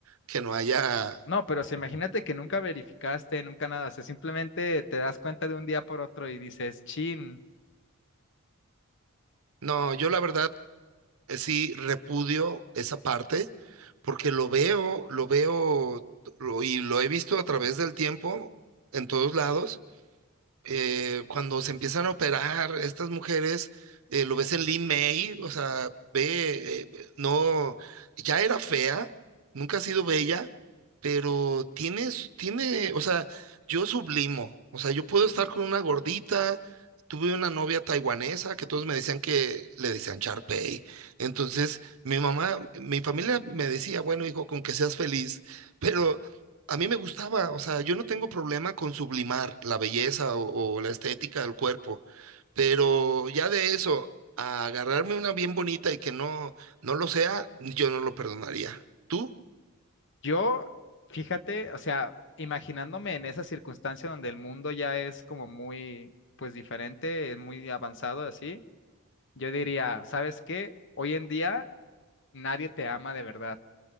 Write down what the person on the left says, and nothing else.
No, pero si imagínate que nunca verificaste, nunca nada, o sea, simplemente te das cuenta de un día por otro y dices, chin.
Yo, fíjate, o sea, imaginándome en esa circunstancia donde el mundo ya es como muy, pues diferente, es muy avanzado así, yo diría, ¿sabes qué? Hoy en día nadie te ama de verdad.